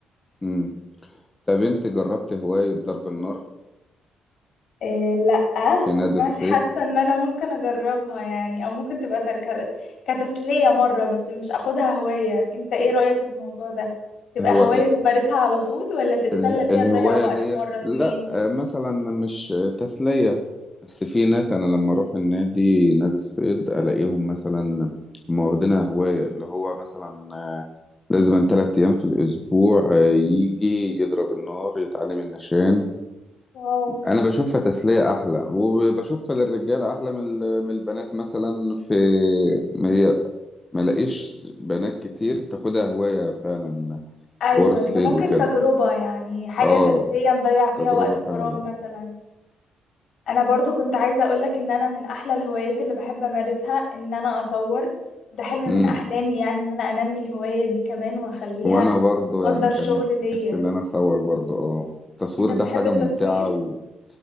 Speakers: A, on the left; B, on the left.
A: مم. طب أنت جربت هواية ضرب النار
B: إيه لا
A: في نادي الصيد؟
B: مش حاسة ان انا ممكن اجربها يعني او ممكن تبقى ت- ك- كتسلية مرة بس مش اخدها هواية انت ايه رأيك في الموضوع ده تبقى
A: هو
B: هواية بتمارسها على طول ولا تتسلى
A: ال-
B: فيها
A: الهواية
B: تضيع وقت
A: ديت
B: مرة اتنين
A: لا آه، مثلا مش تسلية بس في ناس أنا لما أروح النادي نادي الصيد ألاقيهم مثلا هم واخدينها هواية اللي هو مثلا آه، لازم تلات أيام في الأسبوع آه، يجي يضرب النار يتعلم النشان
B: واو
A: أنا بشوفها تسلية أحلى وبشوفها للرجالة أحلى من ال- من البنات مثلا في ما هي ما لاقيش بنات كتير تاخدها هواية فعلا
B: ايوه
A: حوار الصيد
B: هي ممكن
A: وكده
B: تجربة يعني حاجة
A: اه
B: تسلية نضيع فيها
A: تجربة
B: وقت
A: فعلا
B: فراغ مثلا انا برضو كنت عايزة اقولك ان انا من احلى الهوايات اللي بحب امارسها ان انا اصور وده حلم
A: مم.
B: من احلامي يعني ان انا انمي الهواية دي كمان واخليها
A: وانا برضو
B: مصدر
A: يعني كان
B: شغل ليا
A: نفسي اللي انا اصور برضو اه التصوير
B: انت بتحب
A: ده حاجة
B: التصوير
A: ممتعة وانت